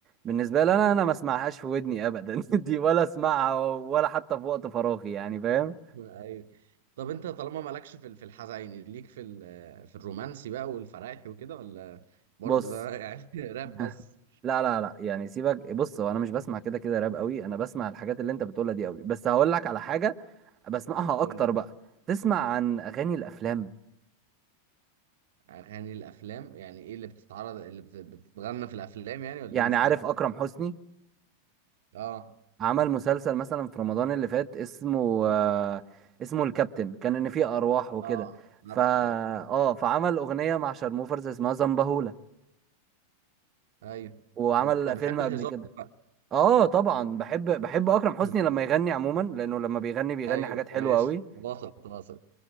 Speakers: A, on the right; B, on the right.
A: بالنسبه لي انا انا ما اسمعهاش في ودني ابدا <laughs> دي ولا اسمعها ولا حتى في وقت فراغي يعني فاهم
B: <laughs> أيوة. طب انت طالما مالكش في ال- في الحزيني ليك في ال- آه، في الرومانسي بقى والفرايحي وكده ولا برضه
A: بص
B: ده يعني <laughs> راب
A: <laughs>
B: بس
A: لا لا لا يعني سيبك بص هو انا مش بسمع كده كده راب قوي انا بسمع الحاجات اللي انت بتقولها دي قوي بس هقول لك على حاجه بسمعها اكتر
B: قول لي،
A: بقى تسمع عن اغاني الافلام
B: اغاني الافلام يعني ايه اللي بتتعرض اللي بت- بتتغنى في الافلام يعني ولا
A: يعني
B: ايه مش
A: عارف
B: فاهم
A: اكرم حسني
B: اه
A: عمل مسلسل مثلا في رمضان اللي فات اسمه آه، اسمه الكابتن كان ان فيه ارواح وكده
B: اه
A: فا
B: عارفه اه
A: اه فعمل اغنيه مع شارموفرز اسمها زنبهولة
B: ايوه
A: وعمل
B: انت بتحب
A: فيلم قبل
B: الهزار
A: كده
B: بقى
A: اه طبعا بحب بحب اكرم حسني
B: <laughs>
A: لما يغني عموما لانه لما بيغني بيغني
B: ايوه
A: حاجات حلوه
B: ماشي
A: قوي
B: واصل واصل